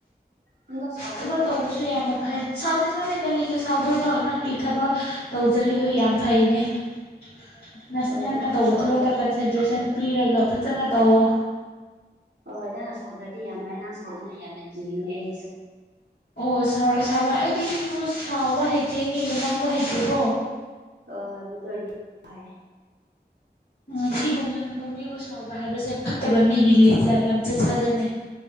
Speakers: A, on the right; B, on the left.
A: ꯅꯪꯗꯣ ꯁꯥꯎꯗꯦꯀꯣ
B: ꯊꯕꯛ ꯇꯧꯕꯁꯨ ꯌꯥꯝꯅ ꯐꯩ ꯁꯥꯎꯗꯦ ꯁꯥꯎꯗꯦ ꯀꯔꯤꯒꯤ ꯁꯥꯎꯗꯣꯏꯅꯣ ꯅꯪꯒꯤ ꯊꯕꯛ ꯇꯧꯖꯔꯤꯗꯣ ꯌꯥꯝ ꯐꯩꯅꯦ <inaudible>
A: ꯍꯣꯏ ꯍꯣꯏ
B: ꯅꯪꯅ ꯇꯧꯕ
A: ꯁꯧꯗ꯭ꯔꯗꯤ
B: ꯊꯕꯛꯇ ꯣ ꯀꯟꯁꯦꯟꯇ꯭ꯔꯦꯁꯟ ꯄꯤꯔꯒ ꯐꯖꯅ ꯇꯧꯋꯣ
A: ꯍꯣꯏ ꯍꯣꯏ ꯅꯪ ꯅ ꯁꯧꯗ꯭ꯔꯗꯤ ꯌꯥꯝ ꯐꯔꯦ ꯅꯪ ꯁꯧꯅꯤꯅ ꯌꯥꯝꯅ ꯀꯤꯔꯤꯅꯦ ꯑꯩꯁꯨ
B: ꯑꯣ ꯁꯥꯎꯔꯣꯏ ꯁꯥꯎꯔꯣꯏꯦ ꯑꯩꯗꯤ ꯃꯤꯕꯨ ꯁꯥꯎꯕ ꯍꯩꯇꯦ ꯃꯤꯕꯨ ꯉꯥꯡꯕ ꯍꯩꯇꯦꯀꯣ
A: ꯍꯣꯏ ꯍꯣꯏ ꯃꯗꯨ ꯑꯣꯏꯗꯤ ꯐꯔꯦ
B: ꯎꯝ ꯃꯤꯕꯨ ꯉꯥꯡꯕ ꯃꯤꯕꯨ ꯁꯥꯎꯕ ꯍꯥꯏꯕꯁꯦ ꯐꯠꯇꯕ ꯃꯤꯒꯤ ꯂꯤꯆꯠ ꯂꯝꯆꯠ ꯁꯥꯖꯠꯅꯦ